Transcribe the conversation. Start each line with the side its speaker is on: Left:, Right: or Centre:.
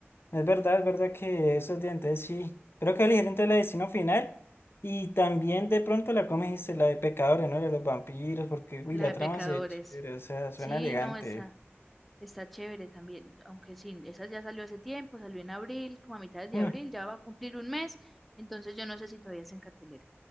Left: es verdad, es verdad que esos dientes sí, creo que elegir entre la de destino final y también de pronto la, como dijiste, la de pecadores, ¿no? La de los vampiros, porque, uy,
Centre: la
Left: la
Centre: de
Left: trama
Centre: pecadores.
Left: se ve chévere, o sea, suena
Centre: Sí,
Left: elegante.
Centre: no, esa. Está chévere también, aunque sí, esa ya salió hace tiempo, salió en abril, como a mitad de
Left: Mm.
Centre: abril, ya va a cumplir un mes, entonces yo no sé si todavía es en cartelera.